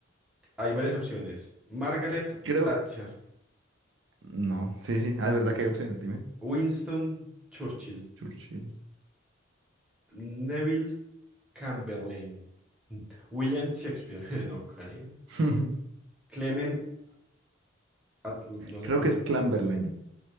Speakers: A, in the centre; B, on the right (about 75°).
A: Hay varias opciones. Margaret
B: Creo...
A: Thatcher,
B: No, sí, sí. Ah, es verdad que hay opciones, dime.
A: Winston Churchill,
B: Churchill.
A: Neville Chamberlain, <laughs> William Shakespeare, <laughs> no creo.
B: <laughs>
A: Clement Atl- no
B: Creo
A: sé cómo.
B: que es Clamberlain.